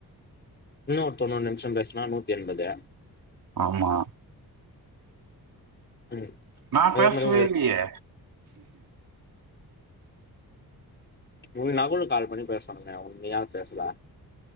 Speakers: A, on the left; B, on the right.
A: இன்னொரு தொண்ணூறு நிம்ஷம் பேசுனா நூத்தி எண்பது.
B: ஆமா.
A: ம்
B: நா
A: அதே
B: பேசவே
A: மாரி
B: இல்லியே.
A: உனுக்கு நகுலுக்கு கால் பண்ணி பேச சொன்னனே உன் நீ ஏ பேசல?